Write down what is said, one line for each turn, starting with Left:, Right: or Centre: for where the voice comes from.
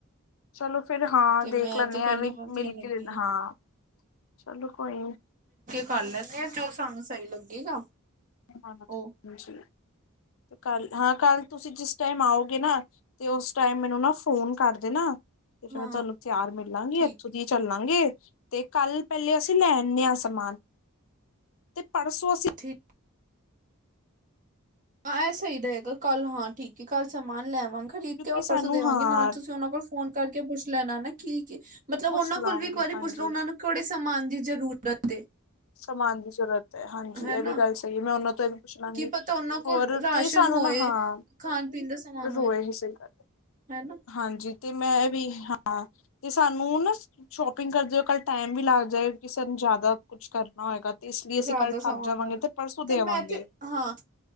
Left: ਚਲੋ। ਫਿਰ ਹਾਂ
Right: ਤੇ
Left: ਦੇਖ
Right: ਮੈਂ
Left: ਲੈਣੇ
Right: ਤੇ
Left: ਹਾਂ
Right: ਪਹਿਲੀ
Left: ਐਵੇਂ
Right: ਵਾਰ
Left: ਮਿਲ
Right: ਦੇਣ ਲੱਗੀ
Left: ਕੇ ਲ, ਹਾਂ ਚਲੋ ਕੋਈ ਨੀ।
Right: ਕੱਲ। ਇਹ ਆ ਜੋ ਸਾਨੂੰ ਸਹੀ ਲੱਗੇਗਾ,
Left: ਹਾਂਜੀ
Right: ਉਹ
Left: ਤੇ ਕੱਲ ਹਾਂ, ਕੱਲ ਤੁਸੀਂ ਜਿਸ ਟਾਈਮ ਆਓਗੇ ਨਾ ਤੇ ਉਸ ਟਾਈਮ ਮੈਨੂੰ ਨਾ ਫੋਨ ਕਰ ਦੇਣਾ। ਤੇ ਫਿਰ
Right: ਹਾਂ
Left: ਮੈਂ ਤੁਹਾਨੂੰ ਤਿਆਰ ਮਿਲਾਂਗੀ,
Right: ਠੀਕ
Left: ਇੱਥੋਂ ਦੀ ਹੀ ਚੱਲਾਂਗੇ। ਤੇ ਕੱਲ ਪਹਿਲੇ ਅਸੀਂ ਲੈਨੇ ਆ ਸਮਾਨ। ਤੇ ਪਰਸੋਂ ਅਸੀਂ
Right: ਠੀਕ ਹਾਂ, ਇਹ ਸਹੀ ਰਹੇਗਾ ਕੱਲ ਹਾਂ ਠੀਕ ਹੈ ਕੱਲ ਸਮਾਨ ਲੈਵਾਂਗੇ। ਖਰੀਦ
Left: ਕਿਉਂਕਿ
Right: ਕੇ
Left: ਸਾਨੂੰ
Right: ਪਰਸੋਂ ਦੇ ਆਵਾਂਗੇ
Left: ਹਾਂ
Right: ਨਾਲ ਤੁਸੀਂ ਉਹਨਾਂ ਕੋਲ ਫੋਨ ਕਰਕੇ ਪੁੱਛ ਲੈਣਾ ਨਾ ਕੀ ਮਤਲਬ
Left: ਪੁੱਛ
Right: ਉਹਨਾਂ ਕੋਲ
Left: ਲਾਂਗੀ
Right: ਵੀ ਇੱਕ ਵਾਰੀ
Left: ਹਾਂਜੀ
Right: ਪੁੱਛ ਲੋ ਉਹਨਾਂ ਨੂੰ ਕਿਹੜੇ ਸਮਾਨ ਦੀ ਜ਼ਰੂਰਤ ਏ
Left: ਸਮਾਨ ਦੀ ਜ਼ਰੂਰਤ ਹੈ, ਹਾਂਜੀ
Right: ਹਨਾ
Left: ਇਹ ਵੀ ਗੱਲ ਸਹੀ ਹੈ ਮੈਂ ਉਹਨਾਂ ਤੋਂ ਪਰ ਪੁੱਛਲਾਂਗੇ
Right: ਕੀ ਪਤਾ ਉਹਨਾਂ ਕੋਲ
Left: ਹੋਰ
Right: ਰਾਸ਼ਨ
Left: ਤੇ ਸਾਨੂੰ
Right: ਹੋਏ
Left: ਨਾ ਹਾਂ
Right: ਖਾਣ ਪੀਣ ਦਾ ਸਮਾਨ
Left: ਰੋਏ
Right: ਹੋਏ
Left: ਹੀ ਸਹੀ ਗੱਲ,
Right: ਹਨਾ
Left: ਹਾਂਜੀ। ਤੇ ਮੈਂ ਵੀ ਹਾਂ ਤੇ ਸਾਨੂੰ ਨਾ ਸ਼ੋਪਿੰਗ ਕਰਦੇ ਹੋ ਕੱਲ ਟਾਈਮ ਵੀ ਲੱਗ ਜਾਏ ਕਿ ਸਾਨੂੰ ਜ਼ਿਆਦਾ ਕੁੱਛ ਕਰਨਾ ਹੋਏਗਾ। ਤੇ ਇਸ ਲਈ ਅਸੀਂ
Right: ਜ਼ਿਆਦਾ
Left: ਕੱਲ ਥੱਕ
Right: ਸਮਾਨ
Left: ਜਾਵਾਂਗੇ
Right: ਨਾ
Left: ਪਰਸੋਂ ਦੇ
Right: ਤੇ ਮੈਂ
Left: ਆਵਾਂਗੇ
Right: ਤੇ ਹਾਂ,